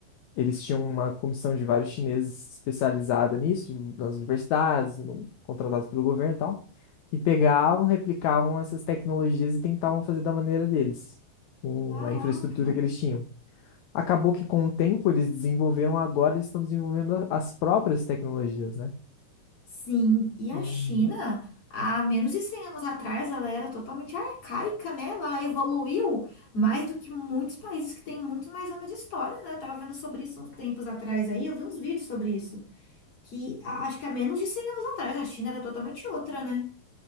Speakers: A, on the left (about 65°); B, on the left (about 40°).
A: Eles tinham uma comissão de vários chineses especializada nisso, nas universidades, no- contratados pelo governo e tal, que pegavam, replicavam essas tecnologias e tentavam fazer da maneira deles, com
B: Caraca.
A: a infraestrutura que eles tinham. Acabou que com o tempo eles desenvolveram, agora eles estão desenvolvendo a- as próprias tecnologias, né?
B: Sim, e a
A: Uhum.
B: China, há menos de 100 anos atrás, ela era totalmente arcaica, né? Ela evoluiu mais do que muitos países que têm muito mais anos de história, né? Eu tava vendo sobre isso uns tempos atrás aí, eu vi uns vídeos sobre isso. que a- acho que há menos de 100 anos atrás a China era totalmente outra, né?